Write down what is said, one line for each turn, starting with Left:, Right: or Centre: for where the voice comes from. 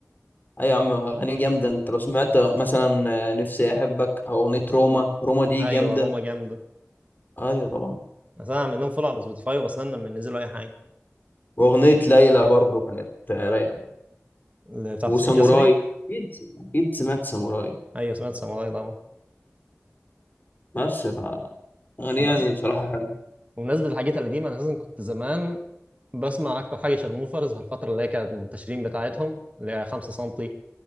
Left: اي يا عم اغاني جامده انت لو سمعت مثلا آه، نفسي احبك او اغنيه روما
Right: مم.
Left: روما دي
Right: ايوه
Left: جامده
Right: روما جامده
Left: ايوه طبعا
Right: بس انا عامل لهم فولو على سبوتيفاي وبستنى لما ينزلوا اي حاجه
Left: واغنيه ليلى برضو كانت آه، رايقه
Right: اللي بتاعت
Left: وساموراي
Right: حسين جسمي
Left: اكيد اكيد سمعت ساموراي
Right: ايوه سمعت ساموراي طبعا
Left: بس ف اغاني
Right: بالنسبه
Left: يعني بصراحه حلوه
Right: بمناسبه الحاجات القديمه انا اساسا كنت زمان بسمع اكتر حاجه شارموفرز في الفتره اللي هي كانت منتشرين بتاعتهم اللي هي 5 سنتي